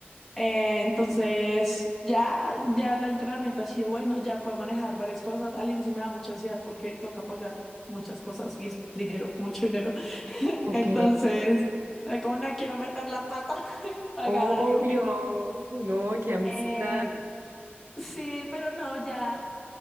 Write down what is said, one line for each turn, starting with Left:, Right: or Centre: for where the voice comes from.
Centre: Eh, entonces, ya, ya el entrenamiento ha sido bueno, ya puedo manejar varias cosas. Al inicio me da mucha ansiedad porque toca pagar muchas cosas y es dinero, mucho dinero. <laughs>
Right: Ok.
Centre: Entonces, era como no quiero meter la pata, <laughs> pagar
Right: Obvio,
Centre: algo que no.
Right: no, qué ansiedad.
Centre: Eh, sí, pero no, ya